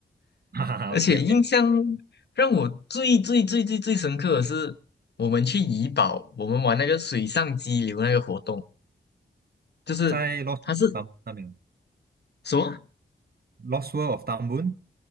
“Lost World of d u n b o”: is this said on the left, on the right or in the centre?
Right